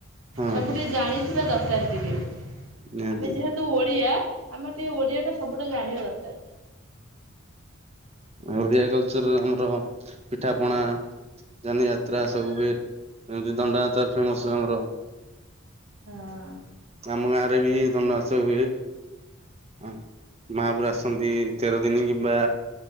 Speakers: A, on the right; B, on the right.
A: ହଁ
B: ସବୁକିଛି ଜା ଥିବା ଦରକାର ଟିକେ,
A: ନିହାତି
B: ଆମେ ଯେହେତୁ ଓଡିଆ ଆମେ ଟିକେ ଓଡିଆ ଟା ସବୁଟା ଜାଣିବା ଦରକାର।
A: ଓଡିଆ କଲଚର ଆମର ପିଠା ପଣା। ଯାନି ଯାତ୍ରା ସବୁ ହୁଏ। ଏମତି ଦଣ୍ଡନାଚ ଫେମସ ଆମର।
B: ହଁ।
A: ଆମ ଗାଁରେ ବି ଦଣ୍ଡ ନାଚ ହୁଏ। ହଁ ମାହାପୁରୁ ଆସନ୍ତି ତେର ଦିନି କିମ୍ୱା